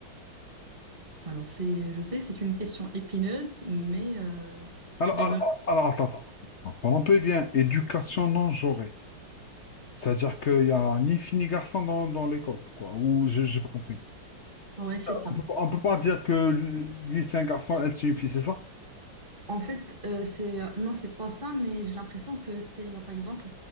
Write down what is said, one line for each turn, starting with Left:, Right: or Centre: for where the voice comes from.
Right: Alors, c'est, je sais, c'est une question épineuse, mais euh,
Left: Alors,
Right: je voulais
Left: alors,
Right: vraiment.
Left: alors, attends, attends. attends. Parlons un peu eh bien. Éducation non genrée. C'est-à-dire qu'il n'y a ni fille ni garçon dans, dans l'école, quoi. Ou j'ai j'ai pas compris.
Right: Ouais, c'est
Left: Euh,
Right: ça.
Left: On peut, pas- on peut pas dire que lui, lui, c'est un garçon, elle c'est une fille, c'est ça?
Right: En fait, euh, c'est euh, non, c'est pas ça, mais j'ai l'impression que c'est, euh, par exemple,